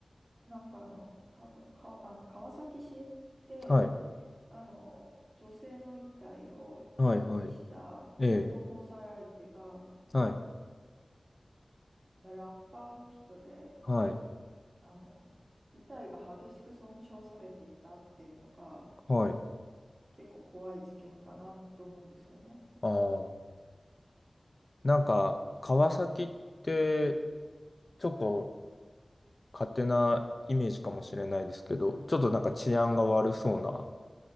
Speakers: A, on the right; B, on the left.
A: なんかあの、多分か、あ、川崎市で、
B: はい。
A: あの、女性の遺体を遺棄した元交際相手が、
B: はい、はい。ええ。はい。
A: ラッパーの人で、
B: はい。
A: あの、遺体が激しく損傷されていたっていうのが、
B: はい。
A: 結構怖い事件かなと思うんですよね。
B: ああ。なんか、川崎って、ちょっと勝手なイメージかもしれないですけど、ちょっとなんか治安が悪そうな、